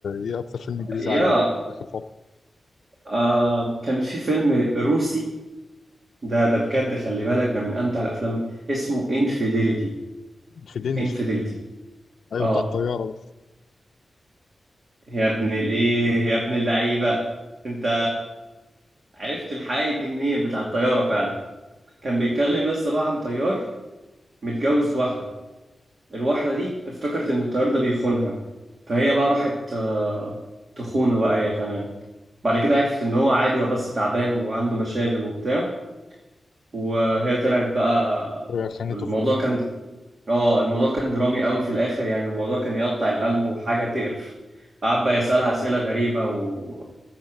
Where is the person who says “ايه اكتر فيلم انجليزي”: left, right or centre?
Left